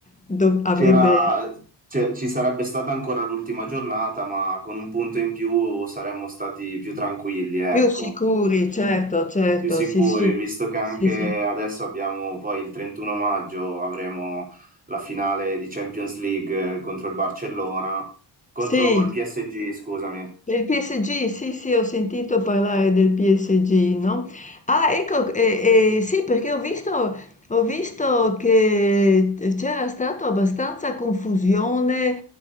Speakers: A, on the left; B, on the right.
A: dov- avrebbe
B: C'era- c'è- ci sarebbe stata ancora l'ultima giornata, ma con un punto in più saremmo stati più tranquilli, ecco.
A: più sicuri, certo, certo,
B: Più sicuri,
A: sì, sì,
B: visto che anche
A: sì, sì.
B: adesso abbiamo poi il 31 maggio avremo la finale di Champions League eh, contro il Barcellona, contro
A: Sì,
B: il PSG, scusami.
A: del PSG, sì, sì, ho sentito parlare del PSG, no? Ah, ecco, eh, eh, sì, perché ho visto, ho visto che c'era stata abbastanza confusione,